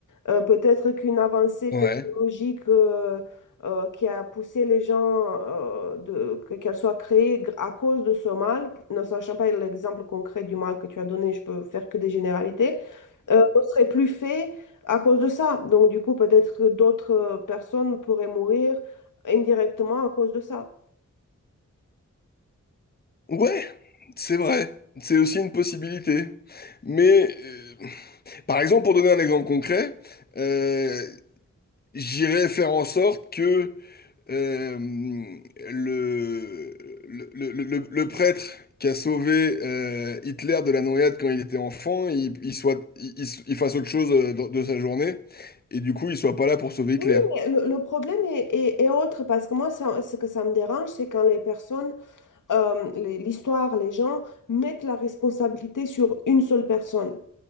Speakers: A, on the left (about 85°); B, on the left (about 30°).
A: Euh, peut-être qu'une avancée
B: Ouais.
A: technologique euh, euh, qui a poussé les gens euh, de, que- qu'elle soit créée gr- à cause de ce mal, ne sachant pas l'exemple concret du mal que tu as donné, je peux faire que des généralités, euh, ne serait plus fait à cause de ça. Donc du coup, peut-être que d'autres euh, personnes pourraient mourir indirectement à cause de ça.
B: Ouais, c'est vrai, c'est aussi une possibilité. Mais euh, par exemple, pour donner un exemple concret, euh, j'irais faire en sorte que euh, le, le, le- le- le prêtre qui a sauvé euh, Hitler de la noyade quand il était enfant, il, il soit, il, il- s- il fasse autre chose euh, de, de sa journée, et du coup, il soit pas là pour sauver
A: Oui,
B: Hitler.
A: mais le, le problème est, est- est autre parce que moi, ça- ce que ça me dérange, c'est quand les personnes euh, les- l'histoire, les gens mettent la responsabilité sur une seule personne.